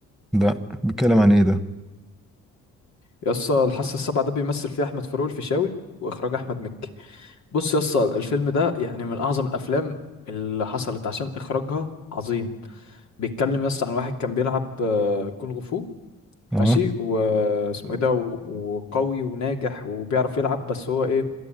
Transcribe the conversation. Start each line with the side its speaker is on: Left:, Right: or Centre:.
Centre: لا بيتكلم عن ايه ده
Left: يسطا الحاسه السابعه ده بيمثل فيه احمد فاروق الفيشاوي واخراج احمد مكي بص يسطا الفيلم ده يعني من اعظم الافلام اللي حصلت عشان اخراجها عظيم بيتكلم يسطا عن واحد كان بيلعب آه، كونغ فو
Centre: اه
Left: ماشي واسمه ايه ده و- وقوي وناجح وبيعرف يلعب بس هو ايه